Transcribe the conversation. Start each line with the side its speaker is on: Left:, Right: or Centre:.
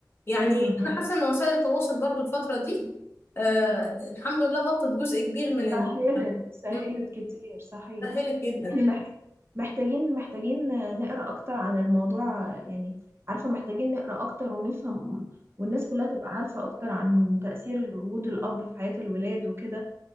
Left: يعني
Right: مم. مم.
Left: انا حاسة ان وسائل التواصل برضو الفترة دي آه الحمد لله غطت جزء كبير من ال...
Right: سهلت سهلت
Left: مم،
Right: كتير صحيح
Left: سهلت جدا
Right: احنا مم. مح- محتاجين محتاجين نقرا اكتر عن الموضوع يعني عارفه محتاجين نقرا اكتر ونفهم والناس كلها تبقى عارفه اكتر عن تاثير وجود الاب في حياه الولاد وكده